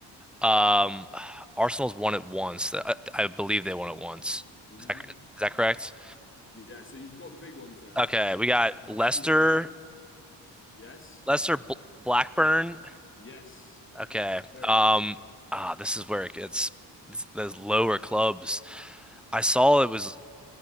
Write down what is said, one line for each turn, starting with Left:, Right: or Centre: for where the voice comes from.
Centre: Um, Arsenal's won it once. I, I believe they won it once.
Left: hmm
Centre: Is that, is that correct?
Left: Yeah, so you've got the big ones there,
Centre: Okay, we got
Left: and
Centre: Leicester,
Left: there's a few others that are like, yes,
Centre: Leicester
Left: nice.
Centre: Bl Blackburn.
Left: Yes.
Centre: Okay.
Left: Very
Centre: Um,
Left: nice.
Centre: ah, this is where it gets this, those lower clubs. I saw it was